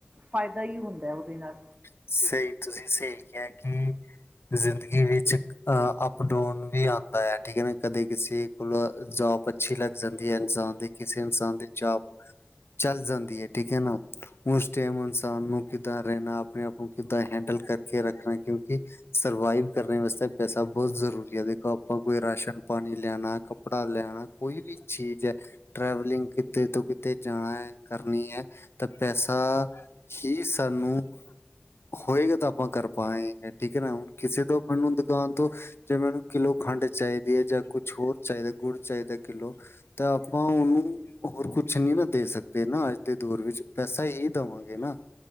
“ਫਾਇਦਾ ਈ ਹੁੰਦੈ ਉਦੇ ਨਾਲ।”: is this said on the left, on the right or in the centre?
Right